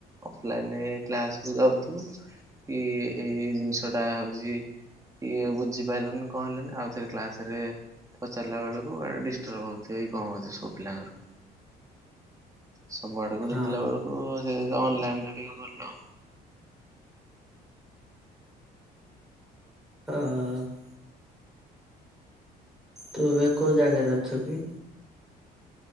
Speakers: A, on the right (about 20°); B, in the centre.
A: ଅଫଲାଇନେ କ୍ଲାସକୁୁ ଯାଉଥିବୁ। କି ଏଇ ଜିନିଷଟା ହଉଚି। କିଏ ବୁଝିପାଇଲୁନି କଣ ହେଲାନି ଆଉ ଥରେ କ୍ଲାସ ରେ ପଚାରିଲା ବେଳକୁ ଇଆଡେ ଡିଷ୍ଟର୍ବ ହଉଥିବ ଏଇ କଣ ହଉଥିବ ସବୁ ପିଲାଙ୍କର। ସବୁ ଆଡକୁ
B: ହଁ
A: ଦେଖିଲା ବେଳକୁ ସେ ଅନଲାଇନ ଟିକେ ଭଲ ଆଉ।
B: ଅହ ତୁ ଅବିକା କୋଉ ଜାଗାରେ ଅଛୁ କି?